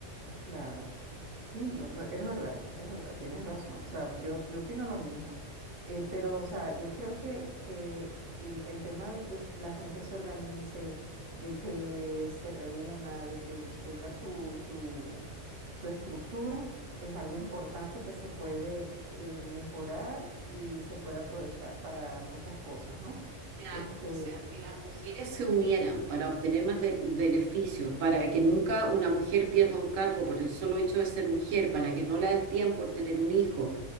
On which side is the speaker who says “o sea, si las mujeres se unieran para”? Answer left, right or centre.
Right